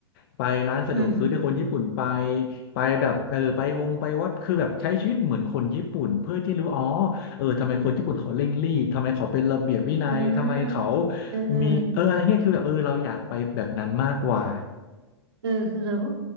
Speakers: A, on the left; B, on the right.
A: ไปร้านสะดวกซื้อที่คนญี่ปุ่นไป
B: อืม
A: ไปแบบเออไปวงไปวัดคือแบบใช้ชีวิตเหมือนคนญี่ปุ่นเพื่อที่รู้อ๋อเออทำไมคนญี่ปุ่นเขาเร่งรีบทำไมเขาเป็นระเบียบวินัยทำไมเขา
B: อ่าเออเออ
A: มีเอออะไรเงี้ยคือแบบเออเราอยากไปแบบนั้นมากกว่า
B: เออคือเราก็